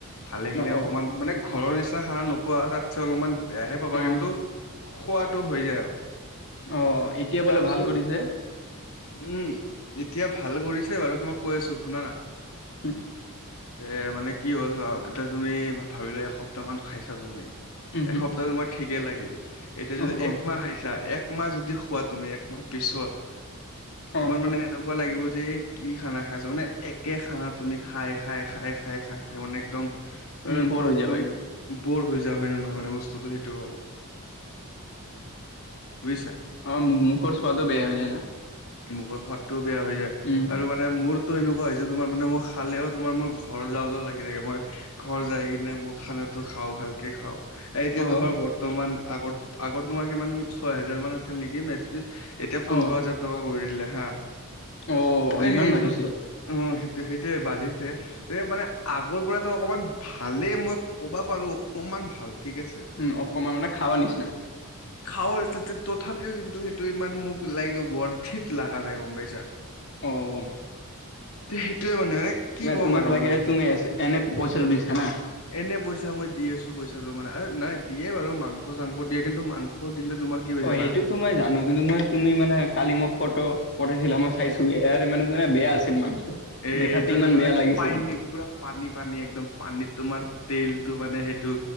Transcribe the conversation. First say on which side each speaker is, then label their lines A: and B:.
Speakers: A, on the left (about 70°); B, on the left (about 55°).
A: ভালে খিনি
B: অ',
A: অকমান
B: অ',
A: মানে ঘৰৰ নিচিনা খানা নোপোৱা তাতচে অলপমান বেয়াহে পাবা
B: অ'।
A: কিন্তু খোৱাটো হৈ যায় আৰু।
B: অ' এতিয়া
A: তাৰপিছত
B: বোলে ভাল কৰিছে
A: উম' এতিয়া ভাল কৰিছে বাৰু তোমাক কৈ আছো শুনা না
B: উম
A: এ' মানে কি হ'ল এতিয়া তুমি ভাবি লোৱা এসপ্তাহ মান খাইছা তুমি
B: উম,
A: এসপ্তাহ তোমাৰ ঠিকে লাগিল এতিয়া যদি
B: অ',
A: একমাহ
B: অ',
A: খাইছা এক একমাহ যদি খোৱা তুমি একমাহ পিছত
B: অ'।
A: তোমাৰ মানে এনেকুৱা লাগিব যে কি খানা খাইছ মানে একে খানা তুমি খাই খাই খাই খাই খাই খাই মানে একদম মানে
B: উম, বৰ হৈ
A: একদম
B: যাবা
A: বৰ হৈ যাও হয় নে নহয় মানে বস্তুটো সেইটো আৰু। বুজিছা
B: অ মু মুখৰ স্বাদো বেয়া হৈ যায় না।
A: মুখৰ সোৱাদটোও বেয়া হৈ যায়
B: উম।
A: আৰু মানে মোৰটো এনেকুৱা হৈছে তোমাৰ মানে মোক খালেও তোমাৰ মই ঘৰ যাও যাও লাগি থাকে মই ঘৰ যাই কিনে মোৰ খানাটো খাওঁ ভালকে খাওঁ। এ এতিয়া
B: অ',
A: তোমাৰ বৰ্তমান আগত আগত তোমাৰ কিমান ছয় হেজাৰ মান আছিল নেকি মেচ ফিচ। এতিয়া পোন্ধৰ
B: অ',
A: হাজাৰ টকা কৰি দিলে হা,
B: অ'
A: সেইটোতো
B: ইমান বাঢ়িছে,
A: অ', সেইটো সেই। তে বাঢ়িছে। এই মানে আগৰ পৰাতো অকমান ভালেই, মই ক'বা পাৰো অকনমান ভাল ঠিক আছে।
B: উম অকণমান মানে খাবা নিচিনা।
A: <inaudible> খাওঁ আৰু, তথাপিও কিন্তু সেইটো ইমান মোক লাইক বৰ্থিত লগা নাই গম পাইছা।
B: অ', হ'ব।
A: সেইটোয়ে মানে মানে। কি
B: নাই,
A: ক'ম
B: তোমাক
A: আৰু
B: লাগি
A: মানে
B: আছে তুমি এনে পইচাটো দিছা না?
A: এনে পইচা মই দি আছো, পইচাটো মানে আৰু নাই দিয়ে বাৰু, মাংস চাংস দিয়ে, কিন্তু মাংস। দিলে তোমাৰ কি হয়
B: অ'
A: জানা
B: সেইটোতো মই জানো কিন্তু মই। তুমি মানে কালি মোক ফটো পঠাইছিলা, মই চাইছো, ইয়াৰ মানে মে বেয়া আছিল মাংস।
A: এ
B: দেখাতে
A: এইটোৱেতো,
B: ইমান
A: মানে।
B: বেয়া লাগিছিল।
A: পায় নি, পুৰা পানী পানী, একদম পানীত তোমাৰ তেলটো মানে সেইটো।